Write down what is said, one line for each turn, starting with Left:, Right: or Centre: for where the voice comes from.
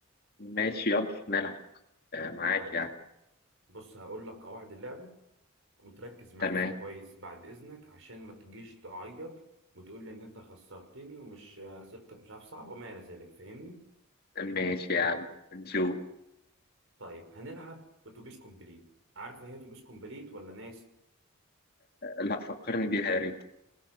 Left: ماشي يلا نلعب آه معاك
Right: طيب
Left: يعني
Right: بص هقول لك قواعد اللعبه وتركز معايا
Left: تمام
Right: فيها كويس بعد إذنك عشان ما تجيش تعيط وتقول لي إن أنت خسرتني ومش أسئلتك مش عارف صعبة وما إلى ذلك فاهمني؟
Left: ماشي يعني نشوف
Right: طيب هنلعب أتوبيس كومبليت عارف إيه هي أتوبيس كومبليت ولا ناسي؟
Left: لا فكرني بيها يا ريت